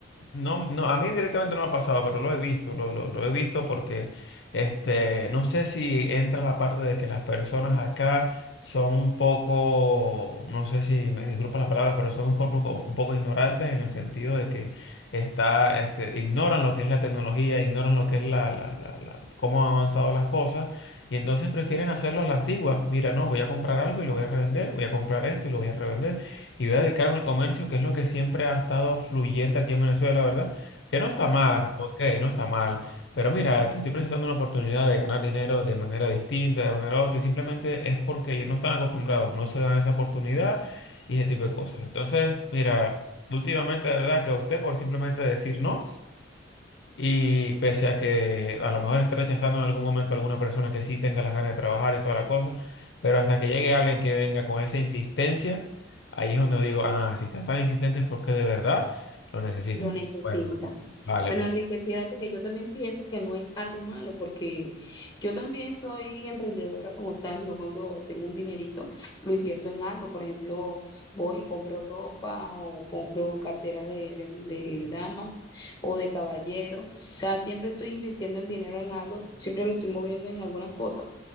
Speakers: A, on the left (about 65°); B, on the left (about 20°).
A: No, no, a mí directamente no me ha pasado, pero lo he visto, lo, lo, lo he visto porque este, no sé si entra la parte de que las personas acá son un poco, no sé si me disculpa la palabra, pero son un poco, un poco ignorantes en el sentido de que está, este, ignoran lo que es la tecnología, ignoran lo que es la, la, la, la- cómo han avanzado las cosas y entonces prefieren hacerlo a la antigua. Mira, no, voy a comprar algo y lo voy a revender, voy a comprar esto y lo voy a revender y voy a dedicarme al comercio, que es lo que siempre ha estado fluyente aquí en Venezuela, ¿verdad? Que no está mal, ok, no está mal. Pero mira, te estoy presentando una oportunidad de ganar dinero de manera distinta, de manera otra, y simplemente es porque no están acostumbrados, no se dan esa oportunidad y ese tipo de cosas. Entonces, mira, últimamente, de verdad, que opté por simplemente decir no. Y pese a que a lo mejor esté rechazando en algún momento a alguna persona que sí tenga las ganas de trabajar y toda la cosa, pero hasta que llegue alguien que venga con esa insistencia, ahí es donde digo, ah, si estás tan insistente es porque de verdad lo necesitas.
B: Lo necesita.
A: Bueno, Vale,
B: Bueno,
A: pues.
B: Enrique, fíjate que yo también pienso que no es algo malo, porque yo también soy emprendedora como tal. Yo cuando tengo un dinerito lo invierto en algo. Por ejemplo, voy y compro ropa o compro carteras de, de, de dama o de caballero. O sea, siempre estoy invirtiendo el dinero en algo, siempre lo estoy moviendo en algunas cosas